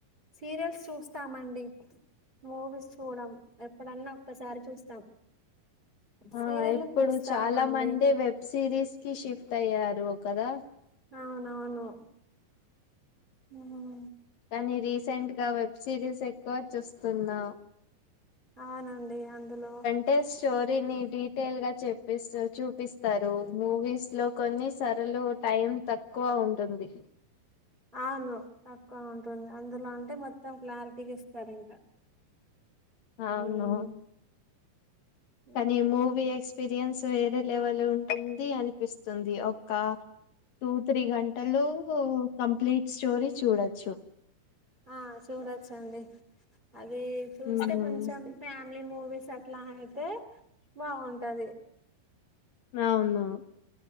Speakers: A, on the right; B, on the left.
A: సీరియల్స్ చూస్తామండి మూవీస్ చూడం ఎప్పుడన్నా ఒక్కసారి చూస్తాం సీరియల్
B: ఆ ఇప్పుడు
A: చూస్తామండి
B: చాలా మంది వెబ్ సిరీస్ కి షిఫ్ట్ అయ్యారు ఒ కదా
A: అవునవును ఉమ్
B: కానీ రీసెంట్ గా వెబ్ సిరీస్ ఎక్కువ చూస్తున్నాం
A: అవునండి అందులో
B: అంటే స్టోరీని డీటెయిల్ గా చెపెస్త చూపిస్తారు మూవీస్ లో కొన్ని సరలు టైం తక్కువ ఉంటుంది
A: అవును తక్కువ ఉంటుంది అందులో అంటే మొత్తం క్లారిటీకి ఇస్తారు ఇంకా
B: అవును
A: హ్మ్. హ్మ్.
B: కానీ మూవీ ఎక్స్పీరియన్స్ వేరే లెవెల్ ఉంటుంది అనిపిస్తుంది ఒక టూ త్రీ గంటలు కంప్లీట్ స్టోరీ చూడొచ్చు
A: ఆ చూడచ్చండి అది చూస్తే
B: ఉమ్,
A: కొంచెం ఫ్యామిలీ మూవీస్ అట్లా అయితే బాగుంటది
B: అవును